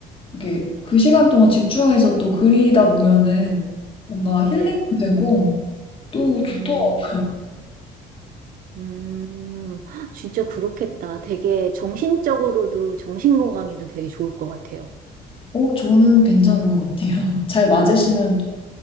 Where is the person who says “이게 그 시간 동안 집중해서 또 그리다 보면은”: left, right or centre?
Left